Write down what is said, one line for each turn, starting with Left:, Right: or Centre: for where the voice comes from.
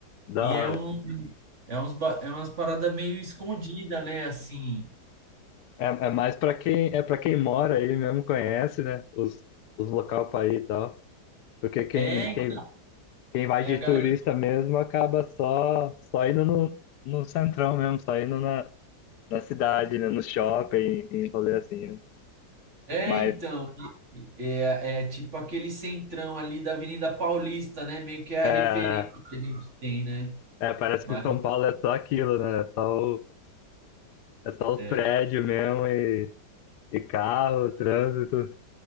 Left: Da
Right: E
Left: hora.
Right: é um, é uns, ba- é umas paradas meio escondida, né? Assim,
Left: É, é mais pra quem, é para quem mora aí mesmo, conhece, né? Os, os local pra ir e tal. Porque quem,
Right: é, então,
Left: quem, quem vai
Right: é
Left: de
Right: a galera.
Left: turista mesmo acaba só, só indo no, no centrão mesmo, só indo na, na cidade, né? No shopping, em rolê assim, né?
Right: É,
Left: Mas
Right: então, e- e- é, é tipo aquele centrão ali da Avenida Paulista, né? Meio que é
Left: é,
Right: a referência que a gente tem, né?
Left: é, parece
Right: Mas,
Left: que São Paulo é só aquilo, né? Só o- É só
Right: é,
Left: os prédios mesmo e, e carro, trânsito.